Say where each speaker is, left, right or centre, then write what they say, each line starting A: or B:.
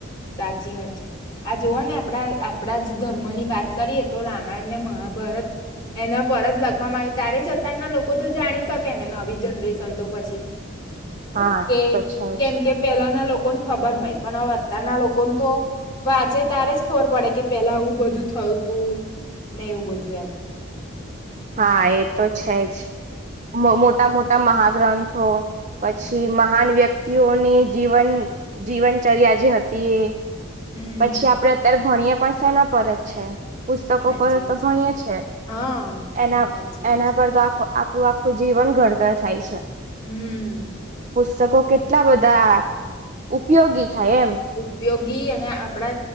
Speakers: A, on the left; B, on the right.
A: સાચી વાત છે, આ જોવ ને આપડા આપડા જ ધર્મ ની વાત કરીએ તો રામાયણ ને મહાભારત એના પરત લખવામાં આવે ત્યારે જ અત્યારના લોકો તો જાણી શકે ને નવી જનરેશન તો પછી
B: હા
A: કે
B: એ તો છે
A: કેમ
B: જ
A: કે પેલાના લોકોને ખબર હોય પણ હવે અત્યારના લોકોને તો વાંચે તારે જ ખબર પડે કે પેલા આવું બધું થયું તું ને એવું બધું એમ
B: હા, એ તો છે જ મોટા મોટા મહાગ્રંથો, પછી મહાન વ્યક્તિઓની જીવન જીવનચર્યા જે હતી
A: હમ
B: એ પછી આપડે અત્યારે ભણીય પણ સેના પર છે, એમ પુસ્તકો
A: સાચી
B: પર
A: વાત
B: તો ભણીએ છે,
A: હા.
B: એના
A: સાચી વાત
B: એના
A: છે.
B: પર તો આ આખું આખું જીવન ઘડતર થાય છે,
A: હમ્મ
B: પતકો કેટલા બધા ઉપયોગી થાય એમ.
A: ઉપયોગી અને આપણા